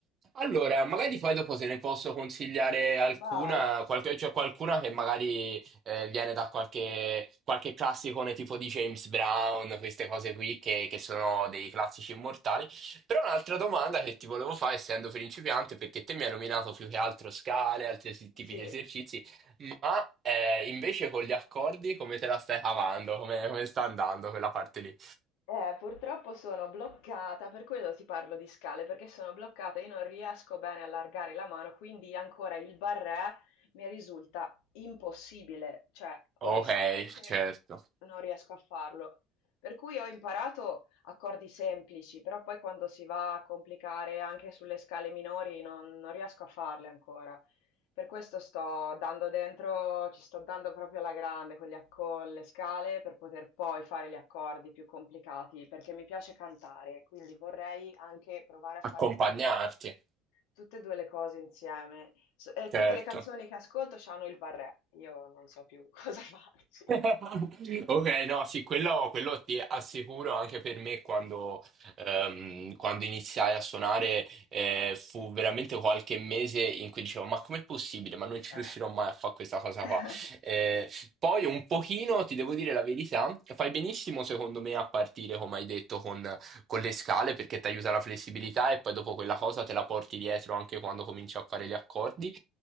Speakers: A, on the right; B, on the left.
A: Allora, magari poi dopo te ne posso consigliare alcuna,
B: Vai.
A: qualche, cioè qualcuna che magari eh, viene da qualche, qualche classicone tipo di James Brown, queste cose qui che, che sono dei classici immortali. Però un'altra domanda che ti volevo fare, essendo principiante, perché te mi hai nominato più che altro scale, altri esi- tipi
B: Sì.
A: di esercizi, ma eh, invece con gli accordi come te la stai cavando? Come, come sta andando quella parte lì?
B: Eh, purtroppo sono bloccata, per quello ti parlo di scale, perché sono bloccata, io non riesco bene a allargare la mano, quindi ancora il barré mi risulta impossibile, cioè onestamente
A: Okay, certo.
B: non riesco a farlo. Per cui ho imparato accordi semplici, però poi quando si va a complicare anche sulle scale minori non, non riesco a farle ancora. Per questo sto dando dentro, ci sto dando proprio alla grande con gli ac con le scale per poter poi fare gli accordi più complicati, perché mi piace cantare, quindi vorrei anche provare a far
A: Accompagnarti,
B: tutte e 2 le cose insieme. S e tutte
A: certo.
B: le canzoni che ascolto c'hanno il barré, io non so più <laughs> cosa farci.
A: <laughs> Ok, no, sì, quello, quello ti assicuro anche per me quando, ehm, quando iniziai a suonare eh, fu veramente qualche mese in cui dicevo ma com'è possibile? Ma non ci
B: Eh.
A: riuscirò mai a fare questa cosa
B: <laughs>
A: qua. Eh, poi un pochino, ti devo dire la verità, fai benissimo secondo me a partire, come hai detto, con, con le scale perché ti aiuta la flessibilità e poi dopo quella cosa te la porti dietro anche quando cominci a fare gli accordi.